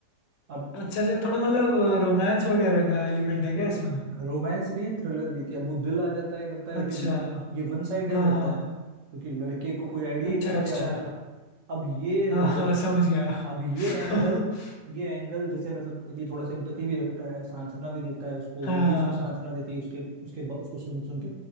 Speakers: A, on the right (about 65°); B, on the left (about 80°).
A: अब
B: अच्छा अच्छा थोड़ा मतलब रोमांस वगैरह का एलिमेंट है क्या इसमें
A: रोमांस भी है थ्रिलर भी है कि अब वो दिल आ जाता है करता है
B: अच्छा
A: लेकिन ये वन साइडेड
B: हाँ
A: रहता
B: हाँ
A: है क्योंकि लड़के को कोई आइडिया
B: अच्छा
A: ही नहीं है क्या
B: अच्छा
A: हो रहा है अब ये रो
B: हाँ हाँ समझ गया
A: अब ये
B: <laughs>
A: एंगल ये एंगल जैसे मतलब ये थोड़ा सिंपथी भी रखता है सांत्वना भी देता है उसको
B: हाँ
A: वो भी उसको सांत्वना देती है उसके उसके ब- उसको सुन सुन के